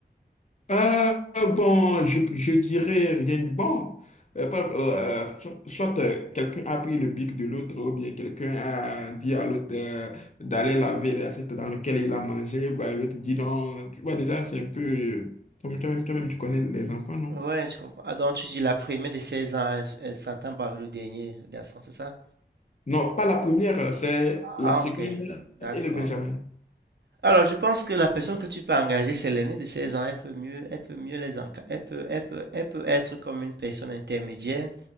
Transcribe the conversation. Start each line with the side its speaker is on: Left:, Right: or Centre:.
Left: Euh, bon, je, je dirais rien de bon. Euh, par- euh, so- soit euh, quelqu'un a pris le bic de l'autre ou bien quelqu'un a dit à l'autre euh, d'aller laver l'assiette dans laquelle il a mangé, bah, l'autre dit non. Tu vois, déjà, c'est un peu... euh, Toi-même, toi-même, toi-même, tu connais les enfants, non?
Right: Ouais, je comprends. Ah, donc tu dis la première de 16 ans, elle, s- elle s'entend pas avec le dernier garçon, c'est ça?
Left: Non, pas la première, c'est
Right: Ah,
Left: la seconde
Right: ok, d'accord.
Left: et le Benjamin.
Right: Alors, je pense que la personne que tu peux engager, c'est l'aînée de 16 ans. Elle peut mieux, elle peut mieux les enca- Elle peut, elle peut, elle peut être comme une personne intermédiaire